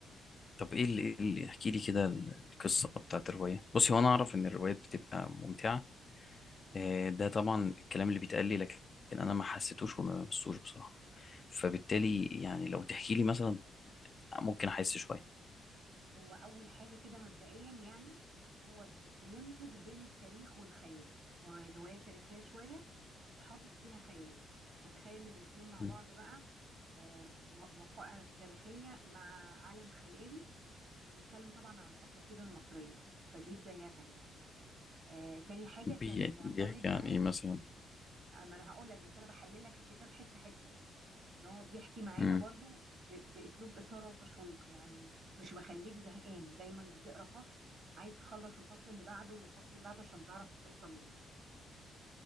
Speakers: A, on the left; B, on the right.
A: طب ايه اللي, إيه اللي احكي لي كده ال- القصه بتاعت الروايه بصي هو انا اعرف ان الروايات بتبقى ممتعه آه، ده طبعا الكلام اللي بيتقال لي لكن انا ما حسيتوش وما لمستوش بصراحه فبالتالي يعني لو تحكي لي مثلا ممكن احس شويه
B: هو أول حاجة كده مبدئيا يعني هو بيمزج بين التاريخ والخيال هو رواية تاريخية شوية وحاطط فيها خيال فتخيل الاتنين مع
A: مم.
B: بعض بقى آه، و- وقائع تاريخية مع عالم خيالي وبيتكلم طبعا عن الأساطير المصرية فدي بداية يعني آه، تاني حاجة
A: بي-
B: كان معتمد
A: بيحكي عن
B: معانا
A: ايه مثلا
B: ما انا هقول لك بس انا بحلل لك الكتاب حته حته يعني ان هو بيحكي معانا
A: امم
B: برضو ب... باسلوب اثاره وتشويق يعني مش مخليك زهقان دايما بتقرا فصل عايز تخلص الفصل اللي بعده والفصل اللي بعده عشان تعرف هتوصل لايه